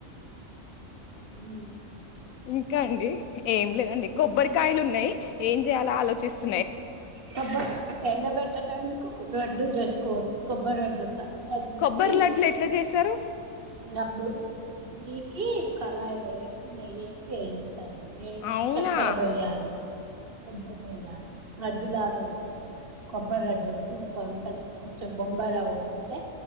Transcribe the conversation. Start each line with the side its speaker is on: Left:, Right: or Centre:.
Right: ఉమ్
Left: ఇంకా అండి ఏం లేదండి కొబ్బరికాయలు ఉన్నాయి ఏం జేయాలో ఆలోచిస్తు
Right: కొబ్బ ఎండ బెట్టటం ఎందుకు రెడ్డు జేసుకో కొబ్బ రెడ్డు సన్నదున్వి
Left: కొబ్బరి లడ్లు
Right: మె
Left: ఎట్లా చేస్తారు
Right: ఇగ అప్పుడు గీకి కళాయిలు యేసి నెయ్యేసి యేయండి. యెంచాలి యెంచి
Left: అవునా
Right: చక్కెర బోయాలి. ముద్ద జేయాలి రడ్డు లాగా అయితది కొబ్బరి రడ్డు సూపర్ ఉంటది కొంచెం బొంబాయి రవ్వ బోస్తే